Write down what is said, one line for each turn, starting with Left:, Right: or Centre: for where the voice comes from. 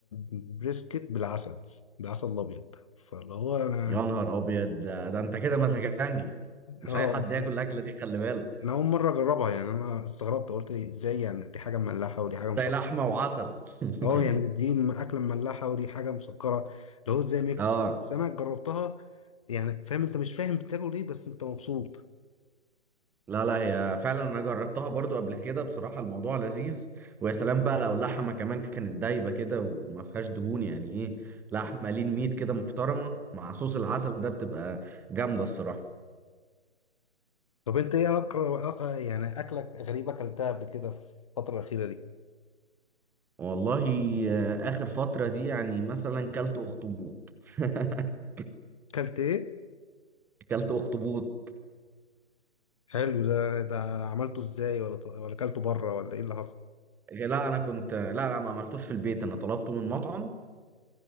Left: بريسكت بالعسل بالعسل الابيض فاللي هو انا
Centre: يا نهار ابيض ده, ده انت كده مسكنجي مش
Left: اه
Centre: اي حد ياكل الاكله دي خلي بالك
Left: انا اول مره اجربها يعني انا استغربت قلت إيه، ازاي يعني دي حاجه مملحه ودي حاجه
Centre: ازاي
Left: مسكره
Centre: لحمه وعسل <laughs>
Left: اه يعني دي م- اكله مملحه ودي حاجه مسكره اللي هو ازاي ميكس
Centre: اه
Left: بس انا جربتها يعني فاهم انت مش فاهم بتاكل ايه بس انت مبسوط
Centre: لا لا هي فعلا انا جربتها برضو قبل كده بصراحه الموضوع لذيذ ويا سلام بقى لو اللحمه كمان كانت دايبه كده وما فيهاش دهون يعني ايه لحمه لين ميت كده محترمه مع صوص العسل ده بتبقى جامده الصراحه
Left: طب انت ايه اقرا أقرأ يعني اكلك غريبه اكلتها قبل كده في الفتره الاخيره دي
Centre: والله آه، اخر فتره دي يعني مثلا كلت اخطبوط <laughs>
Left: اكلت ايه
Centre: كلت اخطبوط
Left: حلو ده ده عملته ازاي ولا ط- ولا اكلته بره ولا ايه اللي حصل
Centre: لا انا كنت لا لا ما عملتوش في البيت انا طلبته من مطعم